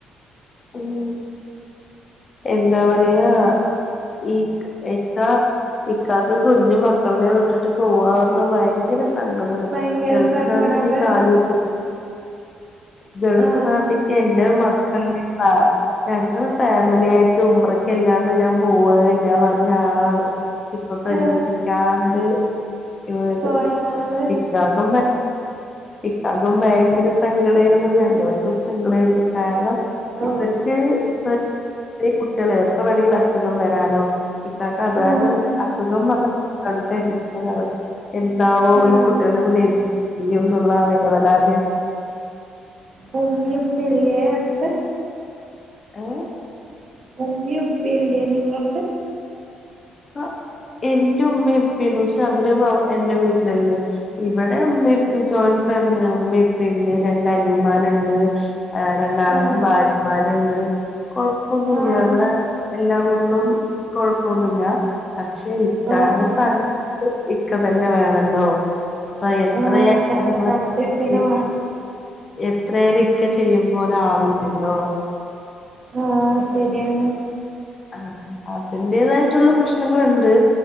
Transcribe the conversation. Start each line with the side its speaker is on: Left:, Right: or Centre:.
Left: ഉം എന്താ പറയാ ഈക്ക് എക്കാ ഇക്കാക്ക് കുഞ്ഞ് മക്കൾനെ വിട്ടിട്ട് പോവാ പറഞ്ഞ് ഭയങ്കര സങ്കടാണ്
Right: ഭയങ്കര
Left: ഗൾഫ്
Right: സങ്കടമുള്ള
Left: നാട്ടിക്ക് കാല് കുത്തി ഗൾഫ്
Right: ആ,
Left: നാട്ടിക്ക് എന്റെ മക്കള് <unintelligible> ഞങ്ങള് ഫാ ഫാമിലിയായിട്ട് ഉമ്മ്രക്കല്ലാണ്ട് ഞാൻ പോവേല്ലാ പറഞ്ഞാളാണ് ഇപ്പൊ പ്രതീക്ഷിക്കാണ്ട്
Right: ആ,
Left: ഇവിടേം
Right: പോയതാണ്
Left: പോയി ഇക്കാക്കും ഇക്കാക്കും ഭയങ്കര സങ്കടായിരുന്നു ഞങ്ങൾ ക്കും സങ്കടായിരുന്നു കാരണം
Right: ഓ
Left: ഇവർക്ക് <unintelligible> ചെറ്യേ കുട്ട്യേളെ എപ്പ വേണേലും അസുഖം വരാലോ ഇക്കാക്ക് അത് കാരണം
Right: ആ,
Left: അസുഖം വന്നാ <unintelligible> ടെൻഷനാണ് എന്താവോ
Right: ആ.
Left: ഈ കുട്ടികളെ കൂടെ എന്ത് ചെയ്യുന്നുള്ളാ വേവലാദ്യാ
Right: ഇപ്പൊ ഉമ്മേം ഉപ്പിം ഇല്യേ അട്ത്ത്?
Left: ഏഹ്
Right: ഉമ്മി ഉപ്പില്ലേ ഇങ്ങക്ക്
Left: അഹ് ഇൻ്റെ ഉമ്മേം ഉപ്പിണ്ട് പക്ഷെ അവര് എന്റെ വീട്ടിലല്ലേ ഇവിടെ ഉമ്മിം ഉപ്പിം ജോയിന്റ് ഫാമിലിയാണ് ഉമ്മിം ഉപ്പിണ്ട് രണ്ടനിയന്മാര്ണ്ട് ആഹ് രണ്ടാൾക്കും
Right: ആ
Left: ഭാര്യമാര്ണ്ട് കൊഴപ്പൊന്നൂല്ല
Right: ആ
Left: ഇവിടെ എല്ലാം കൊണ്ടും കൊഴപ്പൊന്നുല്ല പക്ഷെ ഇക്കാന്റെ
Right: ഓ
Left: സ്ഥാനത്ത് ഇക്ക തന്നെ വേണല്ലോ അപ്പൊ എത്രയായി
Right: ആ ഈ തലസ്ഥാനത്തൊക്കെ
Left: നമ്മള് <unintelligible>
Right: തന്നെ വേണം
Left: എത്ര ആയാലും ഇക്ക ചെയ്യുമ്പോലെ ആവില്ലല്ലോ
Right: ആഹ് ശരിയാണ്
Left: ആഹ് അതിന്റേതായിട്ടുള്ള പ്രശ്നങ്ങളുണ്ട്